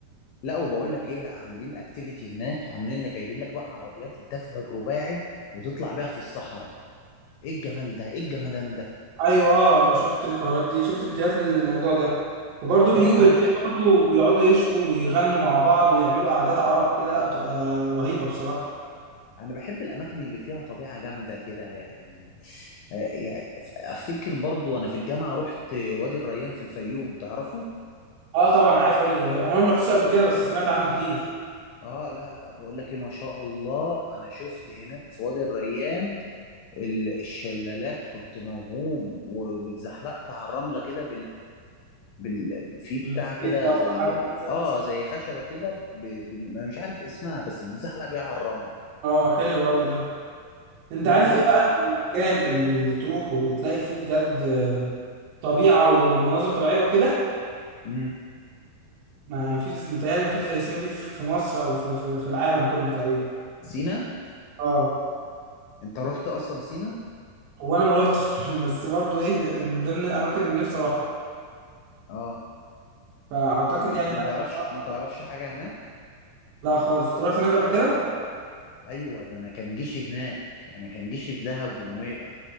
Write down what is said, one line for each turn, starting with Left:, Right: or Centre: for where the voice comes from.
Left: لا وبقول لك ايه ده عاملين اكتيفيتي هناك عاملين لك جايبين لك بقى عربيات الدفع الرباعي وتطلع بيها في الصحراء ايه الجمال ده ايه الجمدان ده
Right: ايوه آه، أنا شفت الحوارات دي شفت فيديوهات للموضوع ده وبرضه بيجوا
Left: اه
Right: بالليل
Left: انا بحب
Right: برضه بيقعدوا يشووا ويغنوا مع بعض ويعملوا قعدات عرب كده لا بتبقى رهيبه بصراحه
Left: انا بحب الاماكن اللي فيها طبيعه جامده كده يعني آه، يعني ف- افتكر برضو وانا في الجامعه رحت وادي الريان في الفيوم تعرفه
Right: اه طبعا عارف وادي الريان هو أنا ما رحتوش قبل كده بس سمعت عنه كتير
Left: اه لا لا بقول لك ايه ما شاء الله انا شفت هناك في وادي الريان ال- الشلالات كنت موهوم و- واتزحلقت على الرمله كده بال... في بتاع
Right: السكيت
Left: كده
Right: بقى بتبقى
Left: زي
Right: حاجه
Left: ال...
Right: كده زي
Left: اه
Right: السكيت
Left: زي خشبة كده ب... ب... انا مش عارف اسمها بس بنزحلق بيها على الرمل
Right: اه حلو قوي ده انت
Left: مم.
Right: عارف
Left: لا
Right: ايه بقى المكان اللي اللي تروحه وتلاقي فيه بجد آه، طبيعه ومناظر طبيعيه وكده
Left: مم.
Right: ما فيش متهيألي ما فيش زي سينا دي في في مصر او في في في العالم كله تقريبا
Left: سينا
Right: اه
Left: انت رحت اصلا سينا
Right: هو انا ما روحتش <laughs> بس برضه ايه من ضمن الاماكن اللي نفسي اروحها
Left: اه
Right: فاعتقد
Left: ما
Right: يعني
Left: ما تعرفش
Right: لا
Left: ما تعرفش حاجة هناك
Right: لا خالص انت رحت هناك قبل كده
Left: ايوه ده انا كان جيشي هناك انا كان جيشي في دهب ونويبع